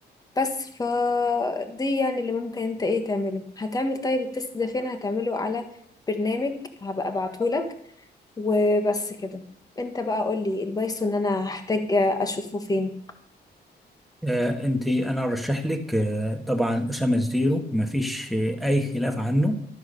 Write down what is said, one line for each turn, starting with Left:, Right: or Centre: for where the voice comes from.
Left: بس فدي يعني اللي ممكن انت ايه تعمله هتعمل طيب التست ده فين هتعمله على برنامج هبقى ابعتهولك وبس كده انت بقى قولي البايثون انا هحتاج اشوفه فين
Centre: آه انت انا ارشح لك آه طبعا أسامة الزيرو مفيش آه، اي خلاف عنه